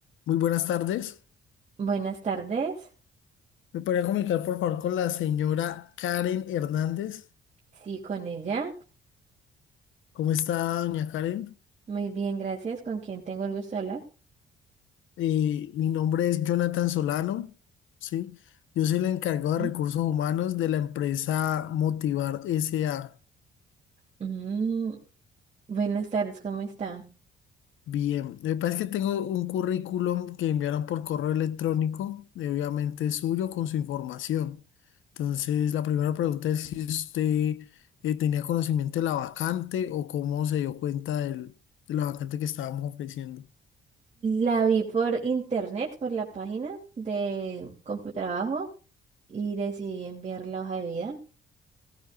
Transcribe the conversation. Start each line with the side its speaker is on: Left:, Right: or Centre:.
Left: Muy buenas tardes.
Right: Buenas tardes.
Left: ¿Me podría comunicar, por favor, con la señora Karen Hernández?
Right: Sí, con ella.
Left: ¿Cómo está, doña Karen?
Right: Muy bien, gracias. ¿Con quién tengo el gusto de hablar?
Left: Eh, mi nombre es Jonathan Solano, ¿sí? Yo soy el encargado de
Right: ¿Eh?
Left: recursos humanos de la empresa Motivar S.A.
Right: Mm, buenas tardes, ¿cómo está?
Left: Bien, me parece que tengo un currículum que enviaron por correo electrónico, eh, obviamente suyo, con su información. Entonces, la primera pregunta es si usted eh, tenía conocimiento de la vacante o cómo se dio cuenta del- de la vacante que estábamos ofreciendo.
Right: La vi por internet, por la página de Computrabajo y decidí enviar la hoja de vida.